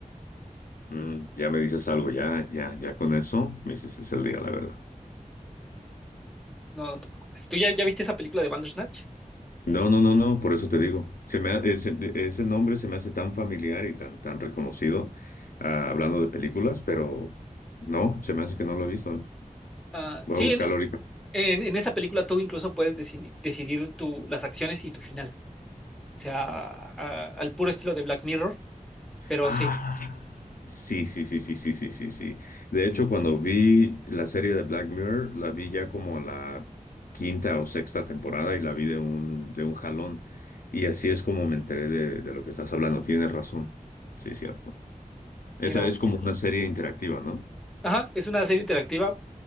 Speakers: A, on the left; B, in the centre.
A: Mm, ya me dices algo, ya, ya, ya con eso me hiciste el día, la verdad.
B: no, no te preocupes. ¿Tú ya, ya viste esa película de Bandersnatch?
A: No, no, no, no, por eso te digo. Se me ha- ese, ese nombre se me hace tan familiar y tan, tan reconocido, ah, hablando de películas, pero no, se me hace que no lo he visto, ¿eh?
B: Ah,
A: Voy
B: sí,
A: a buscarlo
B: en,
A: ahorita.
B: en, en esa película tú incluso puedes decidi- decidir tu, las acciones y tu final. o sea, a- al puro estilo de Black Mirror, pero
A: Ah,
B: sí,
A: sí, sí, sí, sí, sí, sí, sí, sí. De hecho, cuando vi la serie de Black Mirror, la vi ya como a la quinta o sexta temporada y la vi de un, de un jalón. Y así es como me enteré de, de lo que estás hablando. Tienes razón. Sí, cierto. Esa
B: sino,
A: es como una serie interactiva, ¿no?
B: ajá, es una serie interactiva,